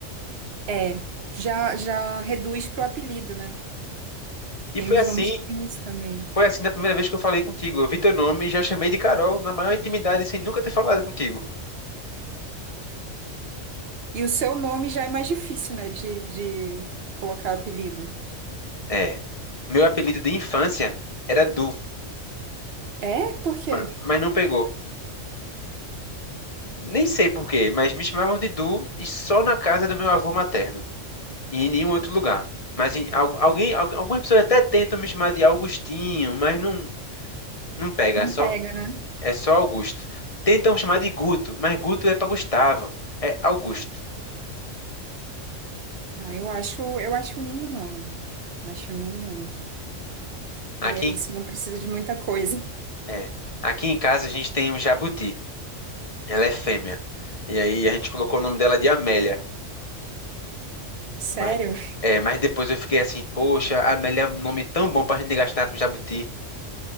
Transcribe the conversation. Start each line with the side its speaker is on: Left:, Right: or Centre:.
Right: é, já já reduz pro apelido, né?
Left: E
Right: Tem
Left: foi
Right: os
Left: assim,
Right: nomes que tem isso também.
Left: foi assim na primeira vez que eu falei contigo. Eu vi teu nome e já chamei de Carol na maior intimidade sem nunca ter falado contigo.
Right: E o seu nome já é mais difícil, né, de, de colocar apelido.
Left: É. Meu apelido de infância era Du,
Right: É? Por quê?
Left: ma- mas não pegou. Nem sei por quê, mas me chamavam de Du e só na casa do meu avô materno. e em nenhum outro lugar. Mas em, al- alguém, al- algumas pessoas até tentam me chamar de Augustinho, mas não, não pega,
Right: Não
Left: é só,
Right: pega, né?
Left: é só Augusto. Tentam chamar de Guto, mas Guto é para Gustavo, é Augusto.
Right: Ah, eu acho, eu acho um lindo nome. Acho um lindo nome.
Left: Aqui,
Right: E é isso,
Left: em-
Right: não precisa de muita coisa.
Left: é, aqui em casa a gente tem um jabuti, ela é fêmea. E aí a gente colocou o nome dela de Amélia.
Right: Sério?
Left: Mas, é, mas depois eu fiquei assim, poxa, Amélia é um nome tão bom pra gente gastar com jabuti.